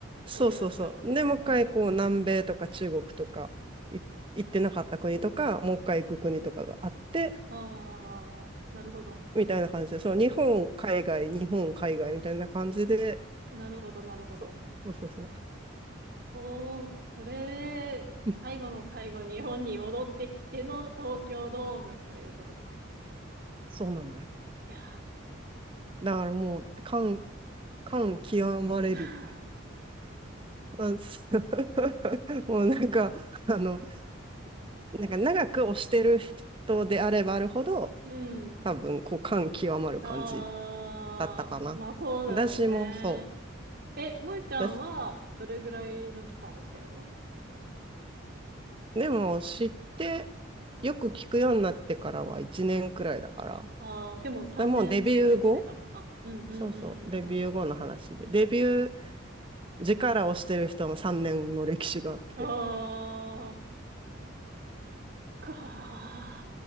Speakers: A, on the right; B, on the right.
A: そうそうそう。
B: 盛り上がってたもんね。
A: で、もう一回こう南米とか中国とかい行ってなかった国とか、
B: うんうん。
A: もう一回行く国とかがあって、
B: ああ、なるほど。
A: みたいな感じで、そう、日本、海外、日本、海外みたいな感じで、
B: なるほど、なるほど。
A: そうそうそうそう。
B: おー、これ、
A: <laughs>
B: 最後の最後、日本に戻ってきての東京ドームということか。
A: そうなのよ。
B: いや
A: だからもう、感、感極まれり、
B: ー。
A: あそう <laughs> もうなんか、<laughs> あの、なんか長く推してる人であればあるほど、
B: <laughs> うん。
A: 多分、こう、感極まる感じ
B: ああ、
A: だったかな。
B: まあそうだろうね。
A: 私もそう。
B: え、萌ちゃんはどれぐらいの期間をしてるの
A: 私でも、知って、よく聞くようになってからは1年くらいだから。
B: ああー、でも3年中の1年だもんな。
A: だもうデビュー後
B: うんうんうんうん。
A: そうそう、デビュー後の話で。デビュー時から推してる人も3年の歴史があって。
B: ああ、か